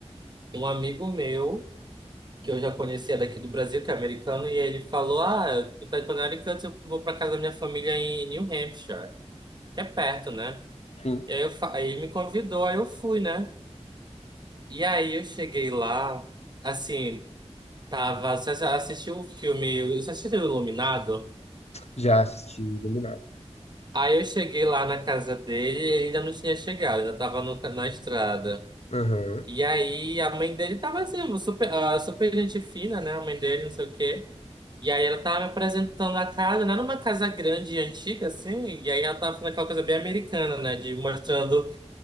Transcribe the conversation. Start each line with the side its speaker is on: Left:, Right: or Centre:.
Right: um amigo meu. que eu já conhecia daqui do Brasil, que é americano, e aí ele falou: Ah, tu tá em Connecticut, eu vou pra casa da minha família em New Hampshire, que é perto, né?
Left: Sim,
Right: E aí, eu, fa- aí ele me convidou, aí eu fui, né? E aí eu cheguei lá, assim, tava, assisti o filme, eu assisti o Iluminado.
Left: já assisti o Iluminado.
Right: Aí eu cheguei lá na casa dele e ele ainda não tinha chegado, ainda tava no, na estrada.
Left: Aham,
Right: E aí a mãe dele tava assim, super, ah, super gente fina, né? A mãe dele, não sei o quê. E aí ela tava me apresentando a casa, não era uma casa grande e antiga, assim, e aí ela tava falando aquela coisa bem americana, né? De mostrando